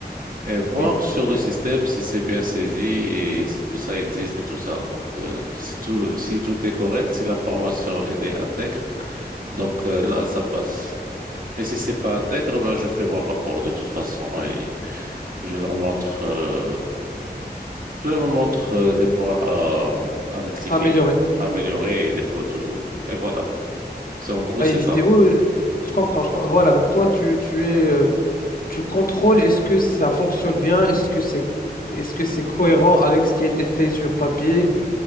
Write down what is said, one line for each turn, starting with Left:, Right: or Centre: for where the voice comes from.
Right: et voir
Left: Oui.
Right: sur le système si c'est bien saisi et si- que ça existe et tout ça. Donc, euh, si tout, si tout est correct, si l'information elle est intègre, Donc euh, là, ça passe. Et si c'est pas intègre, ben, je fais mon rapport de toute façon et je leur montre, euh, je leur montre euh, les points à, à rectifier,
Left: Améliorer.
Right: à améliorer et les fautes. ou- Et voilà. C'est en gros,
Left: À
Right: c'est
Left: éviter.
Right: ça.
Left: Oui, oui, je comprends, je comprends. Voilà, donc toi, tu, tu es... euh, tu contrôles est-ce que ça fonctionne bien, est-ce que c'est est-ce que c'est cohérent avec ce qui a été fait sur papier